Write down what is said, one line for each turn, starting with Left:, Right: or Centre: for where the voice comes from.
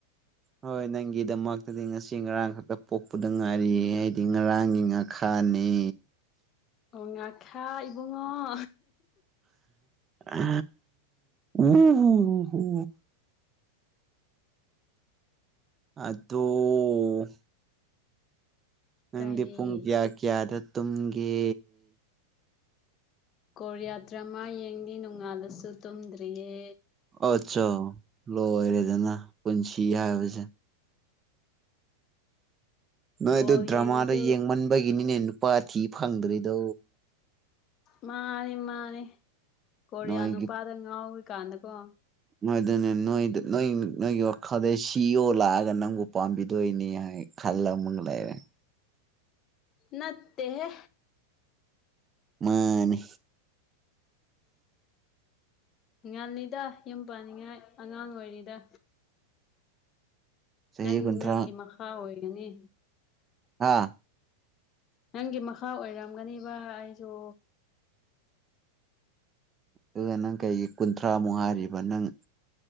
Right: ꯍꯣꯏ ꯅꯪꯒꯤꯗꯃꯛꯇꯗꯤ ꯉꯁꯤ ꯉꯔꯥꯡ ꯈꯛꯇ ꯄꯣꯛꯄꯗ ꯉꯥꯏꯔꯤꯌꯦ ꯍꯥꯏꯗꯤ ꯉꯔꯥꯡꯒꯤ ꯉꯥꯛꯇ ꯈꯅꯤ
Left: ꯑꯣ ꯉꯥꯈꯥ ꯏꯕꯨꯡꯉꯣ
Right: ꯑ ꯎ ꯍ ꯍꯣ ꯑꯗꯨꯗꯣ ꯅꯪꯗꯤ
Left: ꯀꯩ
Right: ꯄꯨꯡ ꯀꯌꯥ ꯀꯌꯥꯗ ꯇꯨꯝꯒꯦ
Left: ꯀꯣꯔꯣꯌꯥꯇ꯭ꯔꯃꯥ ꯌꯦꯡꯗꯤ ꯅꯣꯡꯉꯥꯜꯂꯁꯨ ꯇꯨꯝꯗ꯭ꯔꯤꯌꯦ
Right: ꯑꯠꯆꯥ ꯂꯣꯏꯔꯦꯗꯅ ꯄꯨꯟꯁꯤ ꯍꯥꯏꯕꯁꯦ ꯅꯣꯏ
Left: ꯕꯣꯜ
Right: ꯑꯗꯨ ꯗ꯭ꯔꯃꯥꯗꯨ
Left: ꯌꯦꯡꯉꯁꯨ
Right: ꯌꯦꯡꯃꯟꯕꯒꯤꯅꯤꯅꯦ ꯅꯨꯄꯥ ꯊꯤ ꯐꯪꯗ꯭ꯔꯤꯗꯣ
Left: ꯃꯥꯅꯤ ꯃꯥꯅꯤ ꯀꯣꯔꯤꯌꯥ
Right: ꯅꯣꯏꯒꯤ
Left: ꯅꯨꯄꯥꯗ ꯉꯥꯎꯔꯤꯀꯥꯟꯗꯀꯣ
Right: ꯅꯪꯏꯗꯨꯗꯤ ꯅꯣꯏꯗ ꯅꯣꯏ ꯅꯣꯏꯒꯤ ꯃꯈꯥꯗ ꯁꯤꯌꯣ ꯂꯥꯛꯑꯒ ꯅꯪꯕꯨ ꯄꯥꯝꯕꯤ ꯗꯣꯏꯅꯤ ꯍꯥꯏ ꯈꯜꯂ ꯃꯨꯛ ꯂꯩꯔꯦ
Left: ꯅꯠꯇꯦꯍꯦ
Right: ꯃꯥꯅꯤ
Left: ꯉꯟꯂꯤꯗ ꯌꯨꯝ ꯄꯥꯟꯅꯤꯡꯉꯥꯏ ꯑꯉꯥꯡ ꯑꯣꯏꯔꯤꯗ
Right: ꯆꯍꯤ
Left: ꯅꯪ
Right: ꯀꯨꯟꯊ꯭ꯔꯥ
Left: ꯅꯪꯒꯤ ꯃꯈꯥ ꯑꯣꯏꯒꯅꯤ
Right: ꯑꯥ
Left: ꯅꯪꯒꯤ ꯃꯈꯥ ꯑꯣꯏꯔꯝꯒꯅꯤꯕ ꯑꯩꯖꯨ
Right: ꯑꯗꯨꯒ ꯅꯪ ꯀꯩꯒꯤ ꯀꯨꯟꯊ꯭ꯔꯥꯃꯨꯛ ꯍꯥꯏꯔꯤꯕ ꯅꯪ